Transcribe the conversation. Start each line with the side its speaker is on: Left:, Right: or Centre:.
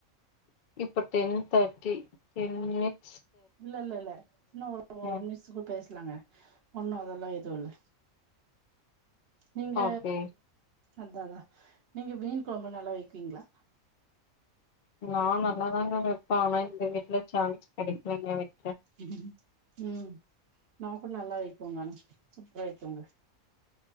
Left: இப்போ டென் தேட்டி டென் மினிட்
Right: இல்ல இல்ல இல்ல இன்னோ ஒரு
Left: ம்
Right: நிமிஷத்துக்கு பேசலாங்க ஒன்னு அதெல்லா எதுவு இல்ல நீங்க
Left: ஓகே
Right: அதா அதா நீங்க மீன் கொழம்பு நல்லா வைப்பீங்ளா
Left: நா நல்லாதாங்க வெப்பே ஆனா இந்த வீட்ல சான்ஸ் கெடைக்கலங்க வெக்
Right: எதுடி உம் நா கூட நல்லா வைப்போங்கா சூப்பரா வைக்கோங்க